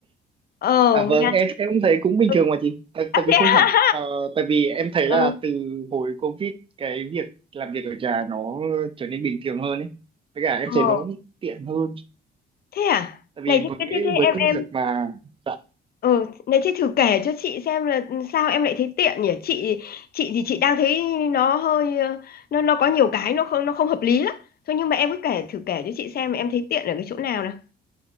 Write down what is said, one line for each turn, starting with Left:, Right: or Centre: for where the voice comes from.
Left: ờ
Right: à vâng
Left: Nga
Right: em em cũng thấy cũng bình
Left: ừ.
Right: thường mà chị tại,
Left: à,
Right: tại
Left: thế
Right: vì không
Left: à
Right: hẳn ờ, tại vì em thấy
Left: ừ.
Right: là từ hồi covid cái việc làm việc ở nhà nó trở nên bình thường hơn ấy với cả em
Left: ờ.
Right: thấy nó cũng tiện hơn
Left: thế à
Right: tại
Left: này
Right: vì
Left: thế,
Right: với
Left: thế, thế thế
Right: với
Left: em
Right: công
Left: em
Right: việc mà dạ,
Left: ừ. này thế thử kể cho chị xem là sao em lại thấy tiện nhỉ chị chị thì chị đang thấy nó hơi ờ, nó nó có nhiều cái nó không nó không hợp lý lắm thôi nhưng mà em cứ kể thử kể cho chị xem em thấy tiện ở cái chỗ nào nào